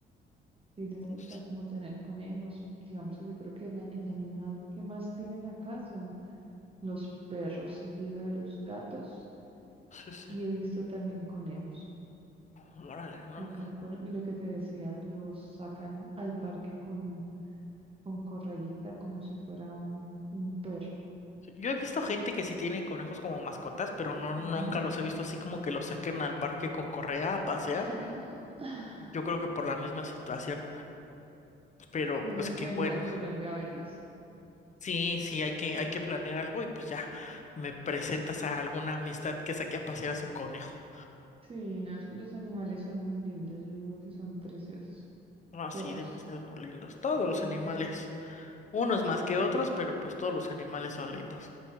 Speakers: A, on the right; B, on the left.
A: Sí les
B: ujú,
A: gusta como tener conejos. Digamos que yo creo que la- el animal que más tienen acá son los perros, seguido de los gatos.
B: Sí, sí, sí.
A: Y he visto también conejos.
B: Órale, no
A: Acá en Colombia, y lo que te decía, los sacan al parque con, con correguita como si fuera un, un perro.
B: Yo he visto gente que sí tiene conejos como mascotas, pero no
A: Ujú.
B: nunca los he visto así como que los saquen al parque con correa a pasear.
A: <laughs>
B: Yo creo que por la misma situación, pero
A: Tienes
B: pues
A: que
B: qué
A: venir
B: bueno.
A: a Colombia a verlos.
B: Sí, sí, hay que hay que planear algo y pues ya me presentas a alguna amistad que saque a pasear a su conejo.
A: Sí, no es que los animales son muy lindos, yo digo que son preciosos.
B: No,
A: Todos,
B: sí, demasiado lindos todos los
A: todos.
B: animales, unos más que otros, pero pues todos los animales son lindos.